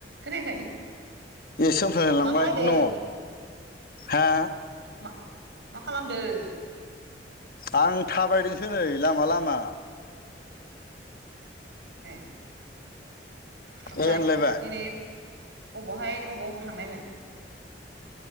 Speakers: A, on the right (about 75°); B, on the left (about 55°).
A: खोनायाखै?
B: एसो होनफलांयलांबाय
A: मा खालायदों
B: न' हा
A: मा मा खालामदों?
B: आं थाबायदोंसो नै लामा लामा।
A: ए ओमफ्राय
B: एनलायबाय
A: दिनै अबावहाय अबाव अबाव थांनायमोन?